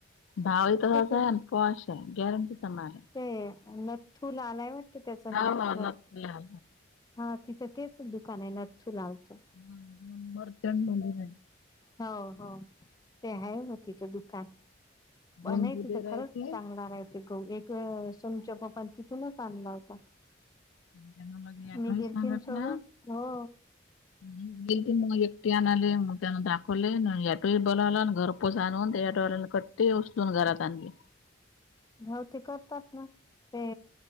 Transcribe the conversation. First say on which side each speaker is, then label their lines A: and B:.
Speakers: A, on the left; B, on the left.
A: भावा तर वाचाल
B: ते
A: पाॅश आहे गॅरंटीचा माल आहे.
B: ते नथथू लाल हाय वाटते त्याचं
A: हा
B: नाव
A: हा
B: न
A: नक्की या
B: हा तिथं तेच दुकान आहे नथथू लावचं
A: हा नंबर त्यांनी दिलाय
B: हो हो ते आहे न तिथं दुकान
A: दोन
B: नाही
A: बुधे
B: तिथं
A: राहायचे
B: खरंच चालणार आहे टीकाउ एक वेळ तनुच्या पप्पानी तिथूनच आणला होता
A: त्यानं मग
B: मी
A: ऑटोही
B: गेलती
A: सांगितला
B: न सोबत हो
A: मी गेल ती मग एकटी आणाले मग त्यांना दाखव खले ना याटो बलावला घरपोस आणून याटो वालान कट्टे उचलून घरात आणली
B: हाव ते करतात ना ते